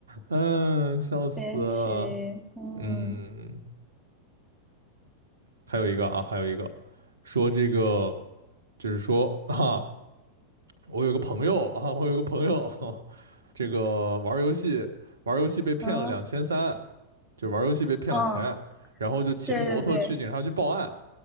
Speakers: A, on the right; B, in the centre.
A: 嗯，笑死了，
B: 神奇。嗯
A: 嗯，还有一个啊，还有一个，说这个，就是说啊，我有个朋友啊，我有个朋友，<laughs> 这个玩儿游戏，玩儿游戏被骗了两千三，
B: 嗯
A: 就玩儿游戏被骗了钱，
B: 嗯，
A: 然后就骑着摩托去警察局报案，
B: 对对对，